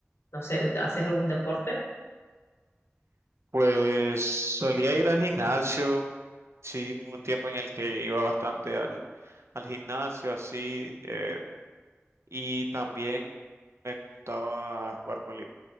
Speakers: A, on the left; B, on the right.
A: no sé, ¿haces algún deporte?
B: pues solía ir al gimnasio. Sí, hubo un tiempo en el que iba bastante al, al gimnasio, así, eh, y también me gustaba jugar voli-